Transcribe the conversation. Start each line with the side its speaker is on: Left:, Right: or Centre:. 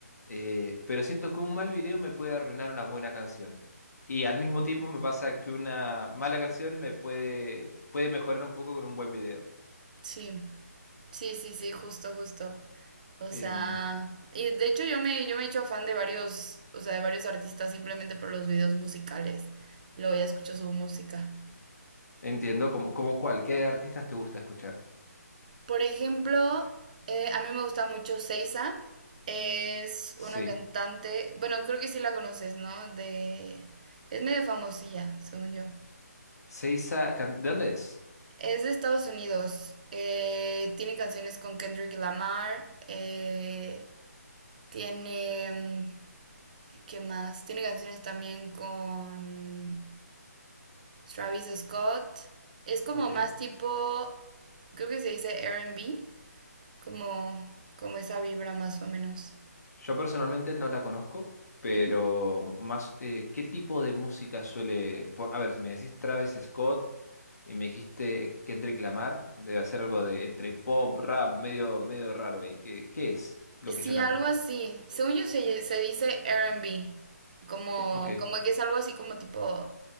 Left: eh, pero siento que un mal video me puede arruinar una buena canción. Y al mismo tiempo me pasa que una mala canción me puede, puede mejorar un poco con un buen video.
Right: Sí. Sí, sí, sí, justo, justo. O sea,
Left: Em,
Right: y de hecho yo me, yo me he hecho fan de varios, o sea, de varios artistas simplemente por los videos musicales. Luego ya escucho su música.
Left: entiendo, ¿como como cuál? ¿Qué artistas te gusta escuchar?
Right: Por ejemplo, eh, a mí me gusta mucho Seiza. Es
Left: Sí.
Right: una cantante, bueno, creo que sí la conoces, ¿no? De, es medio famosilla, según yo.
Left: Seiza, can- ¿de dónde es?
Right: Es de Estados Unidos. eh, tiene canciones con Kendrick Lamar. eh, tiene... mm, ¿Qué más? Tiene canciones también con Travis Scott. Es como
Left: Ok.
Right: más tipo, creo que se dice R&B, como, como esa vibra más o menos.
Left: Yo personalmente no la conozco, pero
Right: Ujú.
Left: más, eh, ¿qué tipo de música suele...? por- a ver, si me decís Travis Scott y me dijiste Kendrick Lamar, debe hacer algo de entre pop, rap, medio, medio raro. ¿Y qué, qué es lo
Right: Sí,
Left: que ella canta?
Right: algo así. Según yo se, se dice R&B, como,
Left: Ok,
Right: como que es algo así como tipo